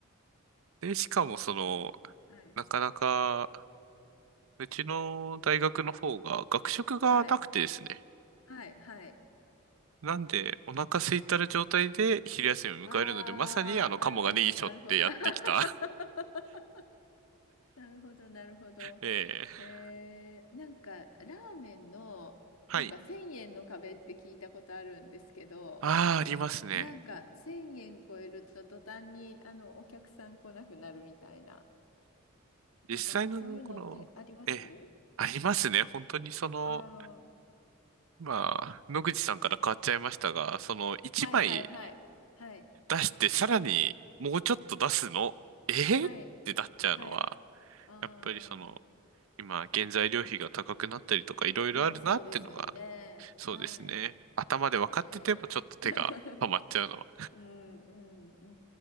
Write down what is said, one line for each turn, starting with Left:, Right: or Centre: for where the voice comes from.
Right: で、しかもその、
Left: はい、
Right: なかなか、うちの大学の方が学食がなくてですね。
Left: はい、はい、はい。
Right: なんで、お腹空いたる状態で昼休みを迎えるので、
Left: ああ、
Right: まさにあの、
Left: なるほど、
Right: カモがネギ背負ってやってきた。
Left: なるほど。<laughs> なるほど、なるほど。
Right: <laughs> ええ
Left: えー、なんか、ラーメンの、
Right: はい。
Left: なんか1000円の壁って聞いたことあるんですけど、
Right: ああ、ありますね。
Left: なんか1000円超えると途端にあのお客さん来なくなるみたいな、
Right: 実際のところ、
Left: なんかそういうのってあります
Right: ええ、ありますね。本当にその、
Left: ああー、
Right: まあ、野口さんから変わっちゃいましたが、その、一枚
Left: はいはいはい。はい。
Right: 出して、さらにもうちょっと出すの、ええってなっちゃうのは、
Left: はい。はい。あ
Right: やっぱりその、今、原材料費が高くなったりとか、いろいろあるなってのが、
Left: あ、まあそうですよね。
Right: そうですね。
Left: はい。
Right: 頭で分かってても、
Left: えー
Right: ちょっと手が止まっちゃうのは。
Left: <laughs> うんうんう